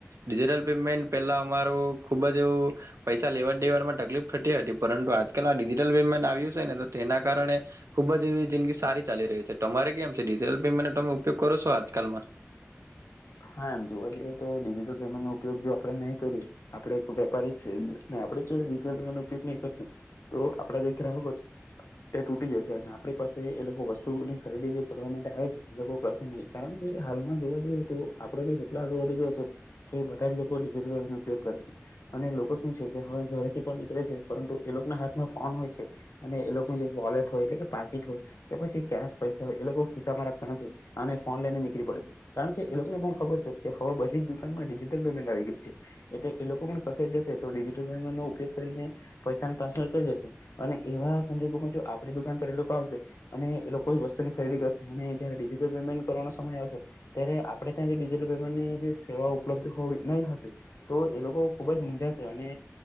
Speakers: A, on the right; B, on the left.
A: ડિજિટલ પેમેન્ટ પેલા અમારું ખુબ જ એવું પૈસા લેવાડ દેવાડમાં તકલીફ થતી હતી પરંતુ આજકાલ પમેન્ટ આવ્યું છેને તો તેના કારણે ખુબ જ એવી જિંદગી સારી ચાલી રહી છે તમારે કેમ છે ડિજટલ પેમેન્ટનો તમે ઉપયોગ કરો છો આજકાલમાં
B: હા એમ જોવા જઈએ તો ડિજિટલ પેમેન્ટ નો ઉપયોગ જો આપે નહી કરીએ આપડે વેપારી છે આપડે જોટલ પેમેન્ટ નો ઉપયોગ નહી કરશું તો આપડા જે ગ્રાહકો છે એ તૂટી જશે અને આપણી પાસે એ લોકો વસ્તુની ખરીદી જે કરવા માટે આવે છે એ લોકો કરશે નહી કારણ કે હાલમાં જોવા જઈએ તો. આપડે આગડ વધી ગયો છે કે બધા જ લોકોટલ ઉપયોગ કરે છે અને લોકો શું છે કે હવે ઘરેથી પણ નીકળે છે પરંતુ એ લોકોના હાથમાં ફોન હોય છે અને એ લોકોની જે વોલેટ હોય એટલે કે પાકીટ હોય કે પછી કેશ પૈસા હોય એ લોકો ખિસ્સામાં રાખતા નથી હો અને ફોન લઈને નીકળી પડે છે કારણ કે. એબર હવે બધી જ દુકાનમાં ડિજિટલ પેમેન્ટ આવી ગઈ છે એટલે એ લોકો પણ કશે જ જશે તો ડિજિટલ પેમેન્ટ નો ઉપયોગ કરીને પૈસા ટ્રાન્સફર કરી જશે અને એવા સંજોગોમાં આપ દુકાન પર એ લોકો આવશે અને એ લોકો વસ્તુની ખરીદી કરશે અને જયારે ડિજિટલ પેમેન્ટ કરવાનો સમય આવશે ત્યારે. આપણે ત્યાં જે ડિજિટલ પેમેન્ટની જે સેવાઓ ઉપલબ્ધ હોવી નહીં હશે તો એ લોકો ખૂબ જ મૂંઝાશે અને